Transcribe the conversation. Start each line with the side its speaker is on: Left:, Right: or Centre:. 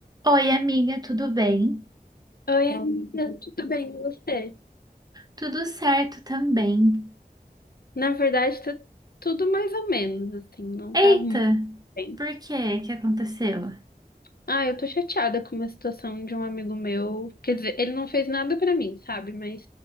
Right: Oi, amiga, tudo bem?
Left: Oi, amiga, tudo bem com você?
Right: Tudo certo também.
Left: Na verdade, tá tudo mais ou menos, assim, não
Right: Eita,
Left: tá muito bem.
Right: por quê? O que aconteceu?
Left: Ah, eu tô chateada com uma situação de um amigo meu. Quer dizer, ele não fez nada pra mim, sabe? Mas